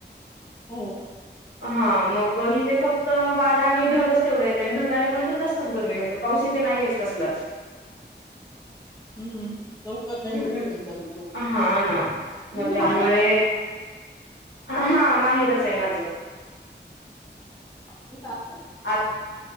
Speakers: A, on the left; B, on the left.
A: हम्म, हम्म
B: हा मग हिथे फक्त वारा आणि ढगच तेवढं येत आणि ढग आल्यामुळे तर जास्तच गरमी होते पाऊस इथे नाहीेच कसलाच
A: हूं लवकर नाही
B: हम्म
A: होत तुमच्याकडच <unintelligible>
B: हा ना
A: तुमच
B: मग त्यामुळे
A: माहेर
B: हा माहेरच आहे माझं.
A: आणि सासर?
B: आत